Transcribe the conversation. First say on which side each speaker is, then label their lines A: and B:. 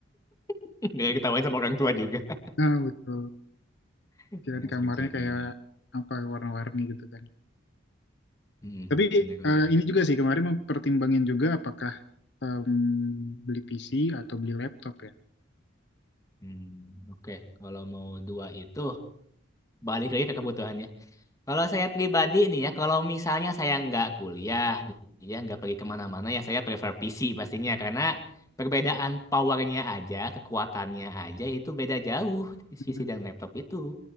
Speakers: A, on the left; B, on the left.
A: <laughs> Gak ketawain sama orang tua juga. <laughs>
B: Nah, betul.
A: Ya,
B: Kirain
A: seperti
B: kamarnya
A: itulah.
B: kayak apa warna-warni gitu kan.
A: Mm-mm.
B: Tapi
A: Benar-benar.
B: eh, ini juga sih kemarin mempertimbangin juga apakah em, beli PC atau beli laptop ya.
A: Hmm, oke. Kalau mau dua itu, balik lagi ke kebutuhannya. Kalau saya pribadi nih ya, kalau misalnya saya nggak kuliah, ya nggak pergi kemana-mana ya, saya prefer PC pastinya. Karena perbedaan powernya aja, kekuatannya aja itu beda jauh di PC
B: Hmm,
A: dan laptop itu.